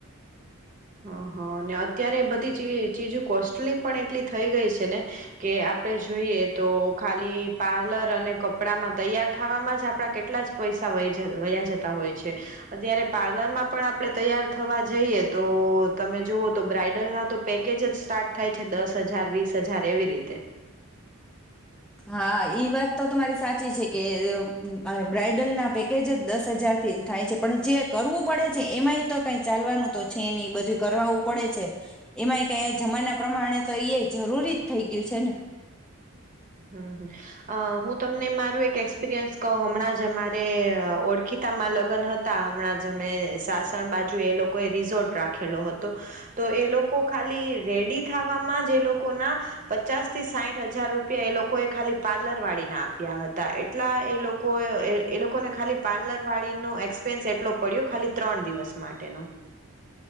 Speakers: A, on the right (about 35°); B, in the centre.
A: અહ અને અત્યારે બધી ચી ચીજો કોસ્ટલી પણ એટલી થઈ ગઈ છે ને, કે આપણે જોઈએ તો ખાલી પાર્લર અને કપડામાં તૈયાર થાવામાં જ આપણા કેટલા જ પૈસા વયજ વયા જાતા હોય છે. અત્યારે પાર્લરમાં પણ આપણે તૈયાર થવા જઈએ તો તમે જુઓ તો બ્રાઈડરના તો પેકેજ જ સ્ટાર્ટ થાય છે, દસ હજાર, વીસ હજાર એવી રીતે.
B: હા, ઈ વાત તો તમારી સાચી છે કે અહ બ્રાઈડલના પેકેજ જ દસ હજારથીન થાય છે. પણ જે કરવું પડે છે એમાંય તો કાઈ ચાલવાનું તો છે નહિં. બધુંય કરાવું પડે છે. એમાંય કાઈ આજમાના પ્રમાણે તો ઈ એ જરૂરી જ થઈ ગયું છે ને.
A: હમ્મ, હમ્મ, અહ હું તમને મારું એક એક્સપિરિયન્સ કહું હમણાં જ અમારે અહ ઓળખીતામાં લગન હતા હમણાં જ અમે સાસણ બાજુ એ લોકો એ રિઝોટ રાખેલો હતો. તો એ લોકો કો ખાલી રેડી થાવામાં જ એ લોકો ના પચાસ થી સાઈઠ હજાર રૂપ પિયા એ લોકોએ ખાલી પાર્લર વાળીને આપ્યા હતા. એટલા એ લોકો અહ એ લોકોને ખાલી પાર્લર વાળીનો એક્સપેન્સ એટલો પડ્યો ખાલી ત્રણ દિવસ માટેનો.